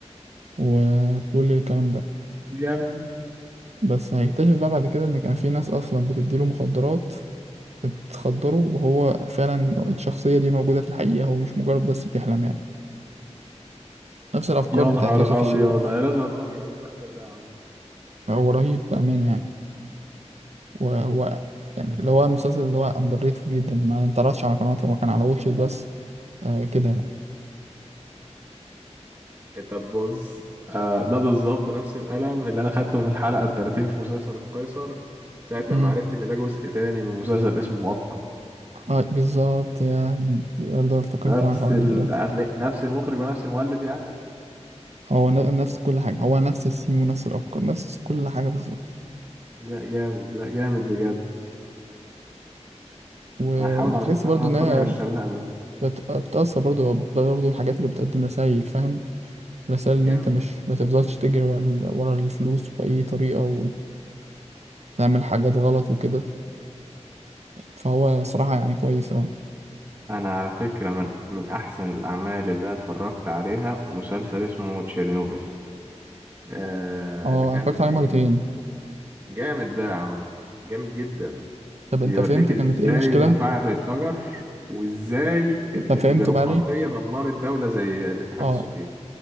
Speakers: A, on the right; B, on the right.
A: وكل الكلام ده
B: جامد
A: بس هيكتشف بقى بعد كده إن كان في ناس أصلا بتديله مخدرات بتخدره وهو فعلا الشخصية دي موجودة في الحقيقة هو مش مجرد بس بيحلم يعني نفس الأفكار
B: يا
A: بتاعت
B: نهار
A: يوسف
B: ابيض
A: الشريف
B: انا لازم اتفرج على المسلسل ده يا عم
A: هو رهيب بأمانة يعني وهو يعني اللي هو المسلسل اللي هو أندر ريتد جدا ما انتعرضش على قناته هو كان على واتشت بس آه كده
B: طب بص آه ده بالظبط نفس القلم اللي انا خدته في الحلقه ال 30 في مسلسل القيصر ساعه لما
A: يعني
B: عرفت ان ده جزء تاني من مسلسل اسمه المؤقت
A: اه بالظبط يا دي برضه افتكرت
B: نفس
A: انا الحوار
B: ال...
A: ده دلوقتي
B: هتلاقي نفس المخرج ونفس المؤلف يعني
A: هو ن- نفس كل حاجة هو نفس الثيم ونفس الأفكار نفس كل حاجة بالظبط
B: لا جامد لا جامد بجد
A: وبتحس
B: انا هحاول على فكره
A: برضه
B: ان انا اتفرج
A: إنها
B: على الشرنقه ده
A: بت- بتأثر برضه برضه الحاجات اللي بتقدم رسائل فاهم رسائل إن
B: جامد
A: أنت مش ما تفضلش تجري ورا ال- ورا الفلوس بأي طريقة وتعمل حاجات غلط وكده فهو صراحة يعني كويس أوي
B: انا على فكرة من من احسن الاعمال اللي انا اتفرجت عليها مسلسل اسمه تشيرنوبل آه
A: اه
B: اللي كان
A: أنا اتفرجت عليه
B: بي...
A: مرتين
B: جامد ده يا عم جامد جدا
A: طب أنت
B: بيوريك
A: فهمت
B: ازاي
A: كانت إيه المشكلة؟
B: المفاعل اتفجر وازاي ال-
A: أنت فهمت
B: البيروقراطية
A: بقى ليه؟
B: دمرت دولة زي الاتحاد
A: اه
B: السوفيتي